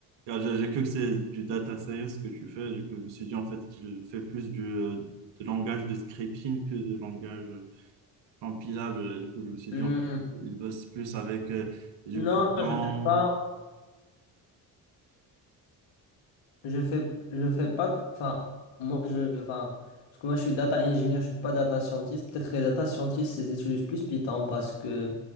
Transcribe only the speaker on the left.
hmm,
non,
je ne fais pas. Je fais, je fais pas, enfin, moi, je, enfin, parce que moi, je suis data engineer, je suis pas data scientist. Peut-être les data scientists, ils utilisent plus Python parce que,